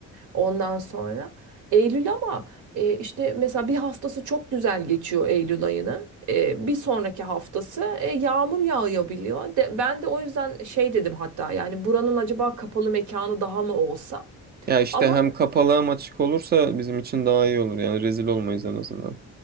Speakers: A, on the right; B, on the right.
A: ondan sonra. Eylül ama e, işte mesela bir haftası çok güzel geçiyor Eylül ayının. E, bir sonraki haftası e, yağmur yağabiliyor. De, ben de o yüzden şey dedim hatta yani buranın acaba kapalı mekanı daha mı olsa?
B: Ya işte
A: Ama
B: hem kapalı hem açık olursa bizim için daha iyi olur yani rezil olmayız en azından.